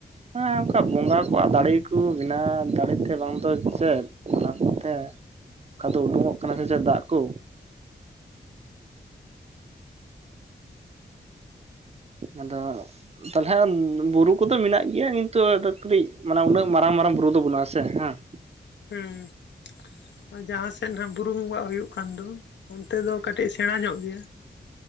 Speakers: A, on the right (about 35°); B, on the left (about 85°).
A: ᱦᱮᱸ ᱚᱱᱠᱟ ᱵᱚᱸᱜᱟ ᱠᱚᱣᱟᱜ ᱫᱟᱲᱮ ᱠᱚ ᱵᱮᱱᱟᱣ ᱫᱟᱲᱮ ᱛᱮ ᱵᱟᱝ ᱫᱚ ᱪᱮᱫ ᱚᱱᱟ ᱠᱚᱛᱮ ᱚᱱᱠᱟ ᱫᱚ ᱩᱰᱩᱠᱚᱜ ᱠᱟᱱᱟ ᱥᱮ ᱪᱮ ᱫᱟᱜ ᱠᱚ ᱟᱫᱚ ᱛᱟᱞᱚᱞᱮ ᱵᱩᱨᱩ ᱠᱚᱫᱚ ᱢᱮᱱᱟᱜ ᱜᱮᱭᱟ ᱠᱤᱱᱛᱩ ᱠᱟᱹᱴᱤᱡ ᱢᱟᱱᱮ ᱩᱱᱟᱹᱜ ᱢᱟᱨᱟᱝ ᱢᱟᱨᱟᱝ ᱵᱩᱨᱩ ᱫᱚ ᱵᱟᱹᱱᱩᱜ ᱟᱥᱮ ᱦᱮᱸ <inaudible>
B: ᱦᱮᱸ ᱟᱨ ᱡᱟᱦᱟᱸ ᱥᱮᱫ ᱦᱟᱜ ᱵᱩᱨᱩ ᱵᱚᱸᱜᱟᱜ ᱦᱩᱭᱩᱜ ᱠᱟᱱ ᱫᱚ ᱚᱱᱛᱮ ᱫᱚ ᱠᱟᱹᱴᱤᱡ ᱥᱮ ᱥᱮᱬᱟ ᱧᱚᱜ ᱜᱮᱭᱟ